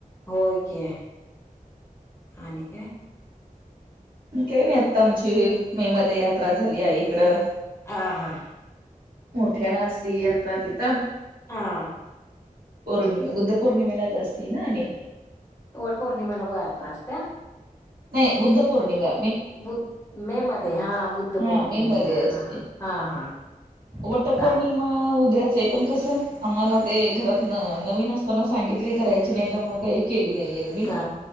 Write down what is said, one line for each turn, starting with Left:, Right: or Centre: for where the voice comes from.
Left: होय की. आणि काय?
Right: काय नाही आता आमची मे मध्ये यात्रा झाली आई कडं.
Left: आ हां.
Right: मोठ्यांन असती यात्रा तिथं.
Left: हां.
Right: पौर्णि बुद्ध पौर्णिमेला असती ना आणि
Left: वर पौर्णिमेला <unintelligible> यात्रा असत्या.
Right: नाही बुद्ध पौर्णिमे
Left: बुद मे मध्ये हा बुद्ध
Right: हा
Left: पौर्णिमेला
Right: मे मध्ये
Left: हा
Right: असते.
Left: हा हा.
Right: वटपौर्णिमा
Left: चाल
Right: उद्याच आहे पण कस आम्हाला ते घरात न नवीन असताना सांगितलय करायचे नाही त्यामुळ काही केली नाहीये मी
Left: का,